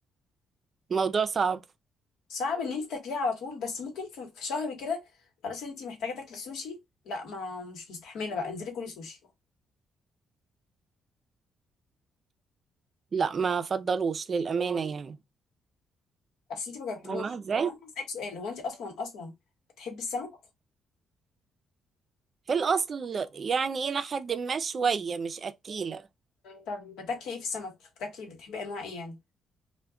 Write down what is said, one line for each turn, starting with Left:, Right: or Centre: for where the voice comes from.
Right: موضوع صعب
Left: صعب إن أنت تاكليه على طول بس ممكن في في شهر كده خلاص أنت محتاجة تاكلي سوشي لا ما مش مستحملة بقى انزلي كلي سوشي
Right: لا ما فضلوش للأمانة يعني
Left: أصل أنت ما جربتهوش
Right: فاهمة
Left: طب
Right: ازاي
Left: أنا هسألك سؤال هو أنت أصلا أصلا بتحبي السمك؟
Right: في الأصل يعني إلى حد ما شوية مش أكيلة
Left: طب بتاكلي إيه في السمك؟ بتاكلي بتحبي أنواع إيه يعني؟